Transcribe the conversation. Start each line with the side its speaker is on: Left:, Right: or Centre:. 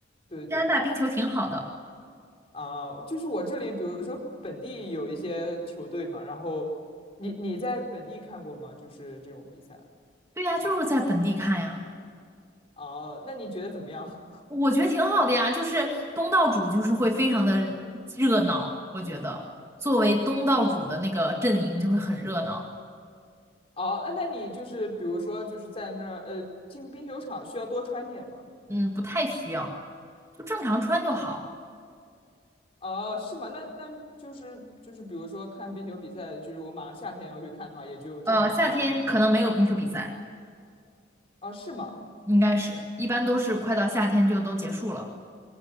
Left: 对对，
Right: 加拿大冰球挺好的，
Left: 啊、就是我这里，比如说本地有一些球队嘛，然后你你在本地看过吗？就是这种比赛。
Right: 对呀，就是在本地看呀，
Left: 啊？那你觉得怎么样？
Right: 我觉得挺好的呀。就是东道主就是会非常的热闹，我觉得作为东道主的那个阵营就会很热闹，
Left: 哦，啊那你就是比如说就是在那儿呃进冰球场需要多穿点吗？
Right: 嗯，不太需要，就正常穿就好。
Left: 哦，是吗？那那就是就是比如说看冰球比赛，就是我马上夏天要去看的话，也就正常穿吗？
Right: 呃，夏天可能没有冰球比赛。
Left: 啊，是吗？
Right: 应该是，一般都是快到夏天就都结束了。